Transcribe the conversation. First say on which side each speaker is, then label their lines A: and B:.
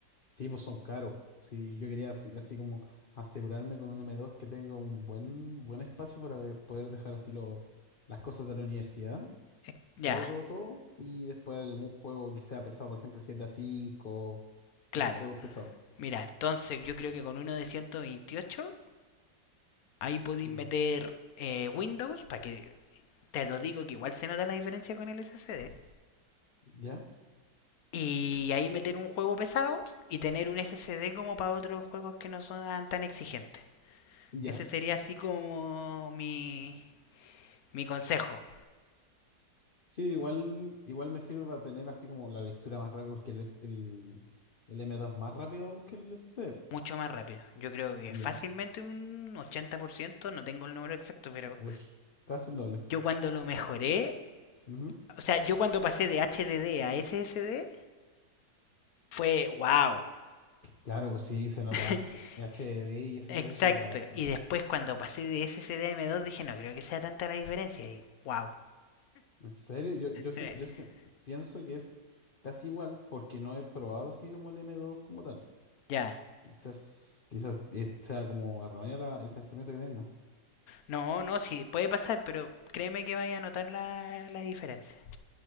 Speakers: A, on the left (about 45°); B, on the left (about 65°).
A: Sí, pues son caros. Si yo quería así, así como asegurarme con un m dos que tenga un buen, buen espacio para de- poder dejar así lo, las cosas de la universidad,
B: Eh, Ya,
A: todo, todo, todo, y después algún juego que sea pesado, por ejemplo el GTA cinco
B: claro.
A: todos esos juegos pesados.
B: Mira, entonces yo creo que con uno de 128 ahí podéis
A: Mm,
B: meter eh, Windows, para que te lo digo que igual se nota la diferencia con el SSD.
A: ¿Ya?
B: Y ahí meter un juego pesado y tener un SSD como para otros juegos que no son tan exigentes.
A: Ya.
B: Ese sería así como mi, mi consejo.
A: Sí, igual, igual me sirve para tener así como la lectura más rápida, porque el, S- el, el m dos es más rápido aún que el S d
B: Mucho más rápido. Yo creo que
A: Ya,
B: fácilmente un 80%, no tengo el número exacto, pero
A: uy, casi el doble.
B: yo cuando lo mejoré,
A: Ujú.
B: o sea, yo cuando pasé de HDD a SSD, fue wow.
A: Claro, pues sí, se nota
B: <laughs>
A: harto. h d d y s
B: Exacto.
A: s d se nota harto.
B: Y después cuando pasé de SSD a M2 dije, no creo que sea tanta la diferencia. Y wow.
A: En serio, yo, yo, sien-
B: <laughs>
A: yo se- pienso que es casi igual porque no he probado así como el m dos como tal.
B: ya.
A: Quizás, quizás eh, sea como erróneo la- el pensamiento que tenga.
B: No, no, sí, puede pasar, pero créeme que vaya a notar la, la diferencia.